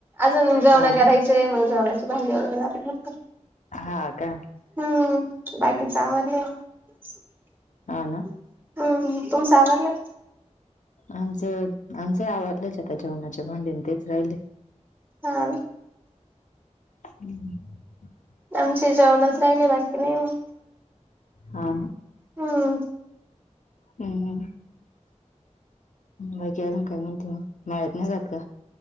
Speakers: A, on the right; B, on the left.
A: अजून जेण
B: हा
A: का
B: ना
A: राहायच <unintelligible> मग जेवण्याचचे भांडी वगैरे जाते फक्त
B: हा का
A: हम्म बाकीच आवरलय आहे
B: हा ना
A: हम्म तुमच आवरारला
B: आमचं आमच आवडलंच आता जेवणाच्या भांडीने तेच राहिले
A: हा
B: हम्म <unintelligible>
A: आमचे जेवणच राहिले बाकी नाही मग
B: हा
A: हम
B: हम्म ह अजून काय म्हणते म मळ्यात नाही जात का